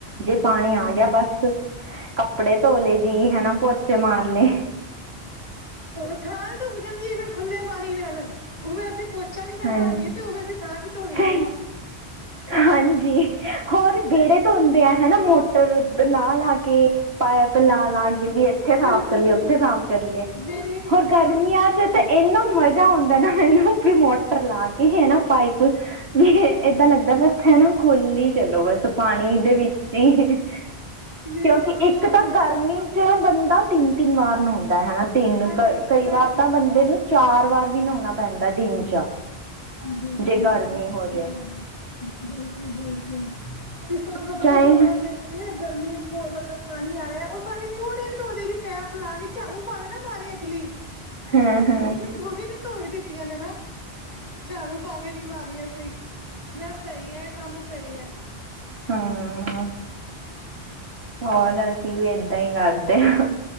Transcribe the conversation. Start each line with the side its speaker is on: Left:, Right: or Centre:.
Right: ਜੇ ਪਾਣੀ ਆ ਗਿਆ ਬਸ ਕੱਪੜੇ ਧੋ ਲਏ ਜੀ ਹਨਾ ਪੋਚੇ ਮਾਰ ਲਏ।
Left: ਥ ਧੁੱਪ ਜਾਂਦੀ ਫਿਰ ਖੁੱਲੇ ਪਾਣੀ ਨਾਲ ਉਵੇਂ ਅਸੀਂ <unintelligible>
Right: ਹਾਂਜੀ
Left: ਰਹੀਏ ਤੇ ਉਹ ਫੇਰ ਅੇ ਤਾਂ ਵੀ ਧੋ ਰਹੀ
Right: ਸਹੀ
Left: ਆ।
Right: ਹਾਂਜੀ ਹੋਰ ਵਿਹੜੇ ਤੋਂ ਹੁੰਦੇ ਆ ਹਨਾ ਮੋਟ, ਲਾਹ ਲਾ ਕੇ ਪਾਾਈਪ ਆਪ ਲਾਹ ਲਾ ਗ ਵੀ ਇੱਥੇ ਸਾਫ਼
Left: ਬਿਲਕੁਲ
Right: ਕਰ ਲੀਏ
Left: ਬਿਲਕੁਲ
Right: ਉੱਥੇ ਸਾਫ਼ ਕਰ ਲਿਆ
Left: ਮੇਰੀ ਸੱਸ
Right: ਹੋਰ ਗਰਮੀਆਂ
Left: ਨੂੰ ਹਾਂਜੀ
Right: ਚ ਤਾਂ ਇੰਨਾ ਮਰ ਹੁੰਦਾ ਨੂੰ ਮੋਟਰ ਲਾ ਕੇ ਹਨਾ ਪਾਈਪ, ਵੀ ਏਦਾਂ ਲੱਗਦਾ ਬਸ ਹੈ ਨਾ ਖੁੱਲ ਹੀ ਚਲੋ ਬਸ ਪਾਣੀ ਦੇ ਵਿੱਚ, ਜੀ
Left: ਮੇਰੀ
Right: ਕਿਉਂਕਿ
Left: ਸੱਸ ਨੂੰ
Right: ਇੱਕ
Left: ਆਉਂਦਾ
Right: ਤਾਂ
Left: ਹੈ
Right: ਗਰਮੀ ਜ ਬੰਦਾ ਤਿੰਨ ਤਿੰਨ ਵਾਰ ਨਹਾਉਂਦਾ ਹਨਾ ਤਿੰਨ
Left: ਹਾਂਜੀ
Right: ਕ
Left: ਆਰਾਮ
Right: ਕਈ ਵਾਰ
Left: ਨਾਲ
Right: ਤਾਂ ਬੰਦੇ ਨੇ ਚਾਰ ਵਾਰ ਵੀ ਨਹਾਉਣਾ ਪੈਂਦਾ ਦਿਨ ਚ
Left: ਹਾਂਜੀ ਹਾਂਜੀ
Right: ਜੇ ਗਰਮੀ
Left: ਲ
Right: ਹੋ ਜਾਏ
Left: ਆਣੇ <unintelligible> ਬਿਲਕੁਲ ਬਿਲਕੁਲ ਸਾਬ ਦਾ
Right: ਹਾਂ
Left: ਪਤਾ ਜੀ ਉਹ ਦੇ ਨਾ ਗਰਮੀ ਮਤਲਬ ਪਾਣੀ ਆ ਰਿਹਾ ਉਹ ਸਾਰੀ ਪੋੜੇ ਧੋਦੇਗੀ ਪੈਪ ਲਾ ਕੇ ਝਾੜੂ ਪਾਵੇ ਨਾ ਮਾਰੇ ਅਗਲੀ
Right: ਹਾਂ ਹਾਂ
Left: ਪੋੜੀ ਤੇ ਧੋਏ ਦਿੱਤੀਆਂ ਨੇ ਨ ਝਾੜੂ ਪਾਵੇ ਨੀ ਮਾਰੀਆਂ ਸੀ ਮੈਂ ਸਹੀ ਐ ਕੰਮ ਸਹੀ ਹੈ
Right: ਹਮ ਹੋਰ ਅਸੀਂ ਵੀ ਏਦਾਂ ਹੀ ਕਰਦੇ ਹਾਂ